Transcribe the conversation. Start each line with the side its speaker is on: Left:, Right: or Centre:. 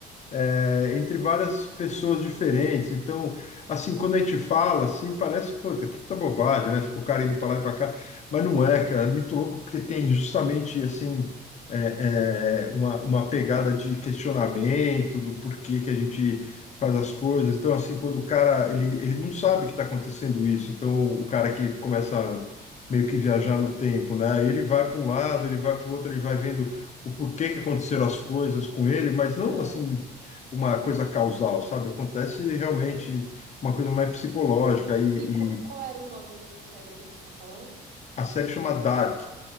Left: é, entre várias pessoas diferentes.
Right: Uhum.
Left: Então, assim, quando a gente fala, assim, parece, puta, que puta bobagem, né? Fica o cara indo para lá e para cá. Mas não é, cara, é muito louco, porque tem justamente, assim, é, é, uma, uma pegada de questionamento do porquê que a gente faz as coisas. Então, assim, quando o cara, ele, ele não sabe que está acontecendo isso. Então, o cara que começa... meio que viajar
Right: Uhum.
Left: no tempo, né? Ele vai para um lado,
Right: Sim.
Left: ele vai para o outro, ele vai vendo o porquê que aconteceram as coisas com ele, mas não
Right: Ah,
Left: assim uma coisa causal, sabe? Acontece
Right: sei.
Left: realmente uma coisa mais psicológica e,
Right: E qu-
Left: e
Right: qual era o nome dessa série aí que você tá falando?
Left: a série chama Dark.